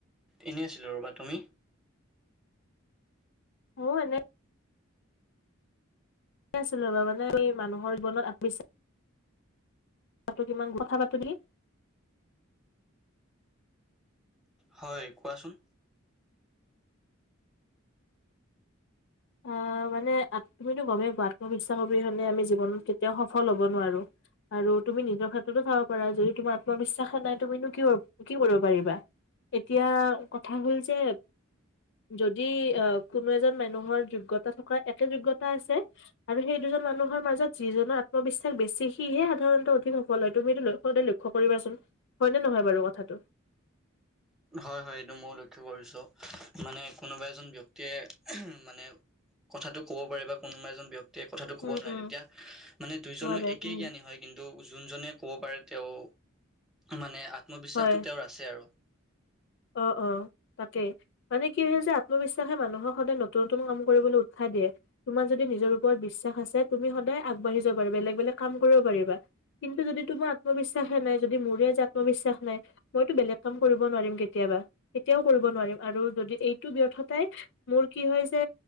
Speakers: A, in the centre; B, on the left.
A: এনেই আছিলো, ৰ'বা তুমি?
B: মইয়ো এনে। আছিল ৰব, মানে এই মানুহৰ জৱন আগ তাতো, কিমান কথা <unintelligible>
A: হয়, কোৱাচোন?
B: আহ, মানে তুমিতো গমেই পোৱা, আত্মবিশ্বাস অবি হ'লে আমি জীৱনত কেতিয়াও সফল হ'ব নোৱাৰো। আৰু তুমি নিজৰ ক্ষেততো চাব পাৰা, যদি তোমাৰ আত্মবিশ্বাস নাই, তুমিনো কি কি কৰিব পাৰিবা। এতিয়া কথা হ'ল যে, যদি আহ, কোনো এজন মানুহৰ যোগ্যতা থকা, একে যোগ্যতা আছে। আৰু সেই দুজন মানুহৰ মাজত যিজনৰ আত্মবিশ্বাস বেছি সিহে, সাধাৰণতে অধিক সফল <unintelligible> <inaudible> কৰিবাচোন হয়নে নহয় বাৰু কথাটো?
A: হয়, হয়, এইটো মই লক্ষ কৰিছো, মানে কোনোবা এজন ব্যক্তিয়ে মানে কথাটো ক'ব পাৰে বা কোনোবা এজন ব্যক্তিয়ে কথাটো ক'ব
B: উম,
A: নোৱাৰে,
B: উম,
A: তেতিয়া মানে দুইজনো
B: নোৱাৰে
A: একেই
B: উম।
A: জ্ঞানী হয়। কিন্তু যোনজনে ক'ব পাৰে, তেওঁ মানে আত্মবিশ্বাসতটো
B: হয়।
A: তেওঁৰ আছে আৰু।
B: অ, অ, তাতেই। মানে কি হৈছে, যে আত্মবিশ্বাসে মানুহক সদায় নতুন, নতুন কাম কৰিবলৈ উৎসাহ দিয়ে। তোমাৰ যদি নিজৰ ওপৰত বিশ্বাস আছে, তুমি সদায় আগাবাঢ়ি যাব পাৰিবা, বেলেগ বেলেগ কাম কৰিব পাৰিবা। কিন্তু যদি তোমাৰ আত্মবিশ্বাসে নাই, যদি মোৰে আজি আত্মবিশ্বাস নাই, মইতো বেলেগ কাম কৰিব নোৱাৰিম। কেতিয়াবা, কেতিয়াও কৰিব নোৱাৰিম আৰু যদি এইটো ব্যৰ্থতাই মোৰ কি হয়ছে,